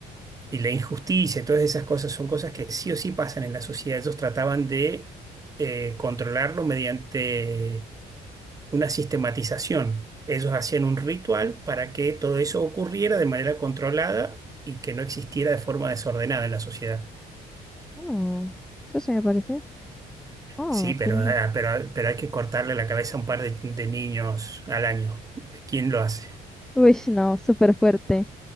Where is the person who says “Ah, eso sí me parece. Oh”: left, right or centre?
Centre